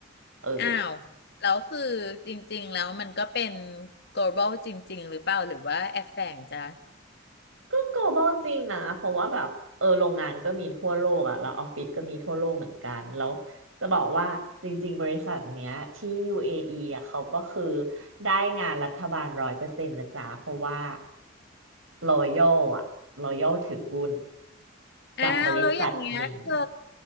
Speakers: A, on the right; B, on the left.
A: เออ
B: อ้าว แล้วคือจริงๆแล้วมันก็เป็น global จริงๆหรือเปล่าหรือว่าแอบแฝงจ้ะ
A: ก็ global จริงนะเพราะว่าแบบเออโรงงานก็มีทั่วโลกอ่ะแล้วออฟฟิศก็มีทั่วโลกเหมือนกันแล้วจะบอกว่าจริงๆบริษัทเนี้ยที่ UAE ออีอ่ะเขาก็คือได้งานรัฐบาลร้อยเปอร์เซ็นต์นะจ๊ะเพราะว่า Royal อ่ะ Royal ถือหุ้น
B: อ้าวแล้วอย่างเงี้ยเธอ
A: กับบริษัทนี้